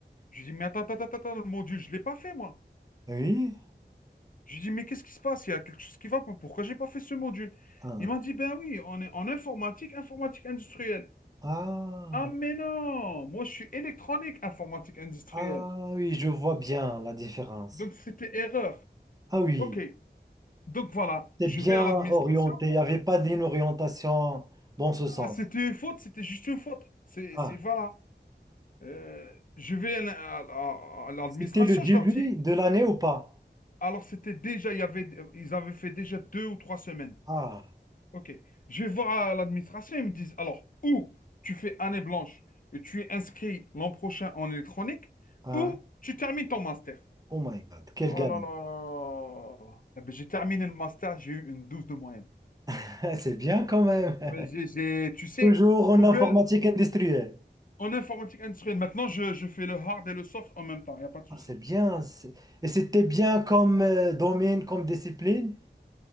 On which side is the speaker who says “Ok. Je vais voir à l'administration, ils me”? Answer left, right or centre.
Left